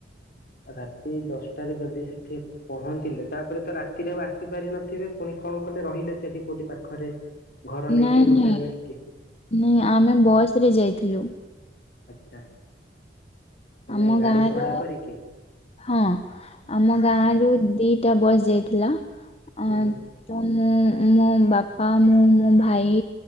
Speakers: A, on the left (about 55°); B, on the left (about 35°).
A: ରାତି ଦଶଟାରେ ଯଦି ସେଠି ପହଞ୍ଚିଲେ, ତାପରେ ତ ରାତିରେ ଆଉ ଆସିପାରିିନଥିବେ ପୁଣି କଣ ମୁଁ କହିଲି, ରହିଲେ ସେଠି କୋଉଠି ପାଖରେ ଘର ନେଇକି
B: ନାଇଁ
A: ହୋଟେଲ
B: ନାଇଁ,
A: ନେଇକି
B: ନା ଆମେ ବସ ରେ ଯାଇଥିଲୁ।
A: ଆଚ୍ଛା। ମାନେ
B: ଆମ
A: ଗାଡ଼ି
B: ଗାଁର,
A: ଭଡ଼ା କରିକି
B: ହଁ ଆମ
A: ଆଚ୍ଛା
B: ଗାଁରୁ ଦି ଟା ବୟସ ଯାଇଥିଲା। ଆ
A: ହୁଁ
B: ତ ମୁଁ ମୋ ବାପା, ମୁଁ, ମୋ ଭାଇ,